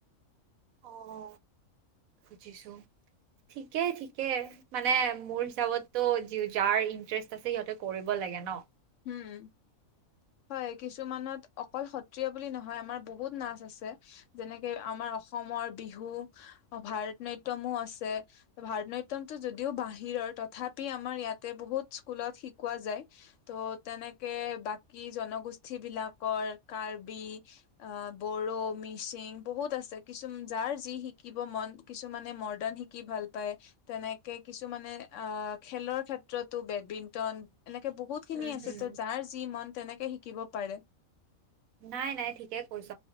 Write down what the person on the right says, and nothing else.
অৱ, বুজিছো। থিকেই ঠিকে মানে মোৰ হিচাপতো যাৰ ইন্টাৰেষ্ট আছে সিহঁতে কৰিব লাগে লাগে ন।
উম
হুম
নাই নাই ঠিকে কৈছ